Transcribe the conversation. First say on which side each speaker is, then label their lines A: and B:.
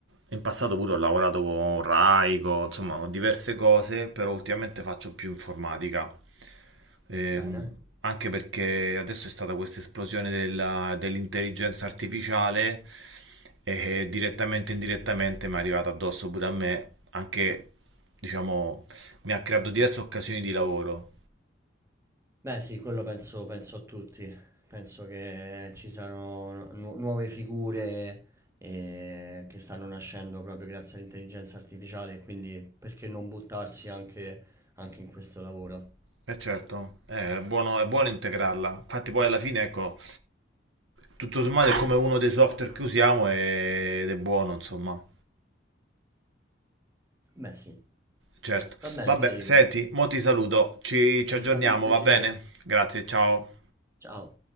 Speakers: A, on the right; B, on the right.
A: in passato pure ho lavorato con Rai, con- insomma con diverse cose, però ultimamente faccio più informatica. Ehm,
B: Bene.
A: anche perché adesso è stata questa esplosione della- dell'intelligenza artificiale e direttamente e indirettamente mi è arrivata addosso pure a me anche, diciamo, mi ha creato diverse occasioni di lavoro.
B: Beh, sì, quello penso, penso a tutti. Penso che ci siano nu- nuove figure eh, che stanno nascendo proprio grazie all'intelligenza artificiale, quindi perché non buttarsi anche, anche in questo lavoro?
A: E certo, eh, è buono, è buono integrarla. Infatti poi alla fine, ecco, tutto sommato è come uno dei software che usiamo e- ed è buono, insomma.
B: Beh, sì.
A: Certo.
B: Va bene,
A: Vabbè,
B: Federico.
A: senti, mo ti saluto, ci, ci
B: È
A: aggiorniamo,
B: stato un piacere.
A: va bene? Grazie, ciao.
B: Ciao.